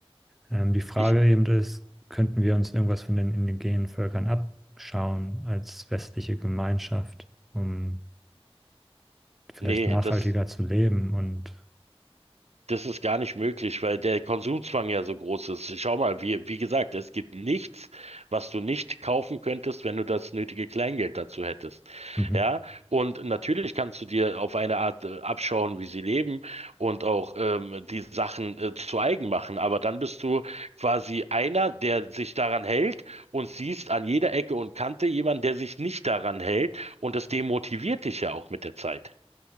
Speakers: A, in the centre; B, on the right (about 85°).
A: Ähm, die Frage
B: Ich,
A: eben ist, könnten wir uns irgendwas von den indigenen Völkern abschauen als westliche Gemeinschaft, um vielleicht
B: nee,
A: nachhaltiger
B: das
A: zu leben und
B: Das ist gar nicht möglich, weil der Konsumzwang ja so groß ist. Schau mal, wie, wie gesagt, es gibt nichts, was du nicht kaufen könntest, wenn du das nötige Kleingeld dazu hättest.
A: <laughs>
B: Ja, und natürlich kannst du dir auf eine Art äh, abschauen, wie sie leben und auch ähm, die Sachen äh, zu eigen machen. Aber dann bist du quasi einer, der sich daran hält und siehst an jeder Ecke und Kante jemanden, der sich nicht daran hält und das demotiviert dich ja auch mit der Zeit.